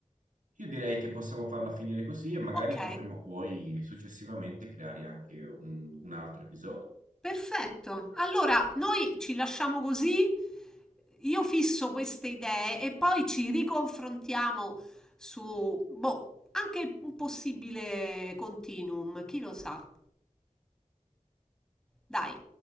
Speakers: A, on the right; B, in the centre.
A: Io direi che possiamo farla finire così e magari
B: Ok,
A: potremo poi successivamente creare anche un un altro episodio.
B: perfetto. Allora, noi ci lasciamo così. Io fisso queste idee e poi ci riconfrontiamo su, boh, anche un possibile continuum, chi lo sa. Dai.